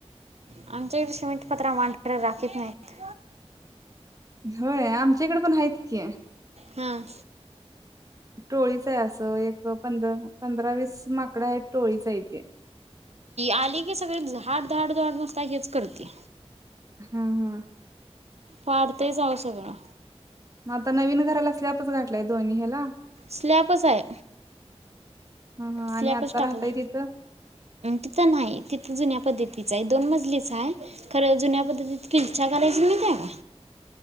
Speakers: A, on the right; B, on the right.
A: आमच्याकडे शिमेंटपत्रा मांढर राखित नाहीत.
B: होय आमच्याकडे पण आहेत की,
A: हम
B: टोळीच आहे असं एक पंध पंधरा वीस माक कड आहेत टोळीचा हाय ती.
A: आली की सगळे झाड धाड धाड नुसत हेच करत्या.
B: हम्म हम्.
A: पाडतयच‌ आव सगळं.
B: म आता नवीन घराला स्लॅपच घातलाय दोन्ही ह्याला
A: स्लॅबच आहे.
B: हा हा आणि
A: स्लॅपच
B: आता
A: टाकला
B: राहताय तिथं
A: तिथं नाही तिथ जुन्या पद्धती दोन मजलीच आहे खरं जुन्या पध्दतीत खिल्चा करायच नाही.